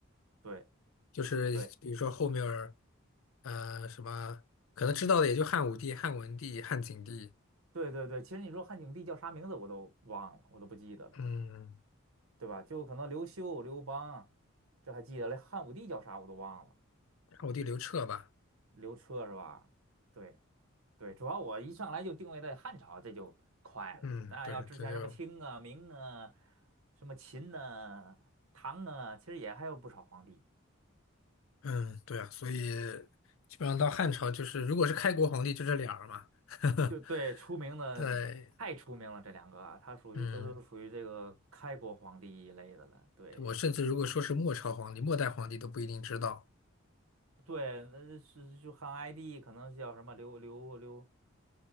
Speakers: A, on the right; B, on the left.
A: 对
B: 就是比如说后面儿
A: 对
B: 呃，什么可能知道的也就汉武帝、汉文帝、汉景帝，
A: 对对对，其实你说汉景帝叫啥名字我都忘了，我都不记得了，
B: 嗯。
A: 对吧？就可能刘秀、刘邦，这还记得嘞，汉武帝叫啥我都忘了，
B: 我地刘彻吧，
A: 刘彻是吧？对。对，主要我一上来就定位在汉朝，这就快了。
B: 嗯，
A: 那要之前什么清啊、
B: 对，这就，
A: 明啊、什么秦呐、唐啊，其实也还有不少皇帝。
B: 嗯，对啊，所以基本上到汉朝就是，如果是开国皇帝就这俩儿嘛，<laughs>
A: 就对，出名的太出名了，
B: 对，
A: 这两个啊他属于都是属于这个开国皇帝一类的了。
B: 嗯，
A: 对
B: 我甚至如果说是末朝皇帝、末代皇帝都不一定知道，
A: 对，那是就汉哀帝，可能叫什么刘刘刘